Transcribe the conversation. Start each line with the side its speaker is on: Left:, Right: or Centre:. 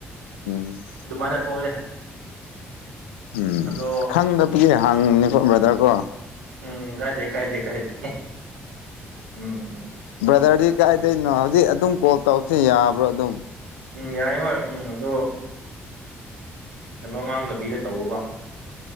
Left: ꯎꯝ
Right: ꯑꯗꯨꯃꯥꯏꯅ ꯊꯣꯛꯑꯦ
Left: ꯎꯝ
Right: ꯑꯗꯣ
Left: ꯈꯪꯗꯕꯒꯤ ꯍꯪꯕꯅꯤꯀꯣ ꯕ꯭ꯔꯥꯗꯔ ꯀꯣ
Right: ꯎꯝ ꯀꯥꯏꯗꯦ ꯀꯥꯏꯗꯦ ꯀꯥꯏꯗꯦ ꯍꯦꯍꯦ ꯎꯝ
Left: ꯕ꯭ꯔꯗꯔꯗꯤ ꯀꯥꯏꯗꯩꯅꯣ ꯍꯧꯖꯤꯛ ꯑꯗꯨꯝ ꯀꯣꯜ ꯇꯧꯕꯁꯤ ꯌꯕ꯭ꯔꯣ ꯑꯗꯨꯝ
Right: ꯎꯝ ꯌꯥꯏ ꯍꯣꯏ ꯎꯝ ꯑꯗꯣ ꯀꯩꯅꯣ ꯉꯥꯡꯗꯕꯤꯗ ꯇꯧꯋꯣꯕ